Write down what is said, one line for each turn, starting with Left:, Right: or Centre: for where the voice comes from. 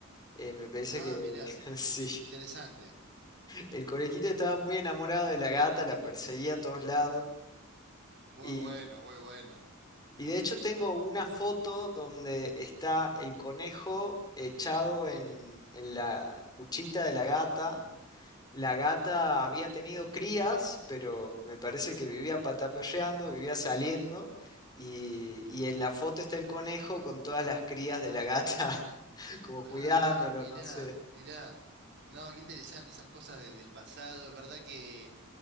Left: Eh, me parece
Right: Ah,
Left: que <laughs>
Right: mirá,
Left: sí,
Right: interesante.
Left: el conejito estaba muy enamorado de la gata, la perseguía a todos lados.
Right: Muy
Left: Y,
Right: bueno, muy bueno.
Left: y de hecho tengo una foto donde está el conejo echado en, en la cuchita de la gata La gata había tenido crías, pero me parece que vivía pataperreando, vivía saliendo. Y, y en la foto está el conejo con todas las crías de la gata, <laughs> como
Right: Ay,
Left: cuidándolo,
Right: mirá,
Left: no sé.
Right: mirá. No, qué interesante esas cosas de- del pasado. Es verdad que